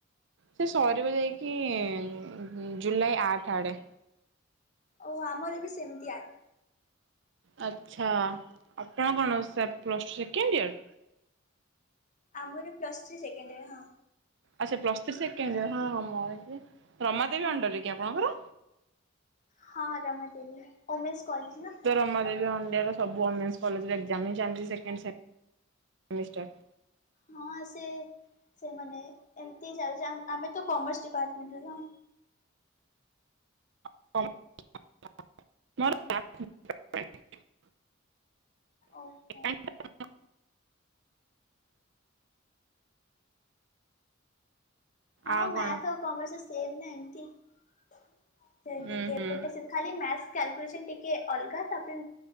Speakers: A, on the right; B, on the left.
A: ସେ ସରିବ ଯାଇକି ଜୁଲାଇ ଆଠ ଆଡ଼େ
B: ଓହ ଆମର ବି ସେମିତି ଆଠ
A: ଆଚ୍ଛା ଆପଣ କଣ ସା ପ୍ଲସ୍ ଟୁ ସେକେଣ୍ଡ ଇୟର୍?
B: ଆମର ପ୍ଲସ୍ ଥ୍ରୀ ସେକେଣ୍ଡ ଇୟର୍ ହଁ।
A: ଆଚ୍ଛା ପ୍ଲସ୍ ଥ୍ରୀ ସେକେଣ୍ଡ ହଁ ହଁ ମ ରମା ଦେବୀ
B: ହଁ
A: ଅଣ୍ଡରରେ କି ଆପଣଙ୍କର?
B: ହଁ ରମାଦେବୀ ଓମେନ୍ସ କଲେଜ ନା
A: ଆମର ବି ଅନ୍ ଡେ ରେ ସବୁ ୱମେନ୍ସ କଲେଜର ଏକ୍ଜାମ୍ ହି ଚାଲିଛି ସେକେଣ୍ଡ ସେମ୍ ସେମିଷ୍ଟାରର।
B: ହଁ ସେ ସେମାନେ ଏମିତି ଯାଉଛି ଆମେ ତ କମର୍ସ ଡିପାର୍ଟମେଣ୍ଟର
A: <unintelligible> <unintelligible>
B: ଓହୋ ହଁ
A: ଆଉ
B: ମ୍ୟାଥ
A: କଣ
B: ଆଉ କମର୍ସ ସେମ ନା ଏମତି ସେ ଟିକେ
A: ଉୁଁ ହୁଁ
B: ଏପଟେ ସେ ଖାଲି ମ୍ୟାଥ କ୍ୟାଲକୁଲେସନ୍ ଟିକେ ଅଲଗା ତାପରେ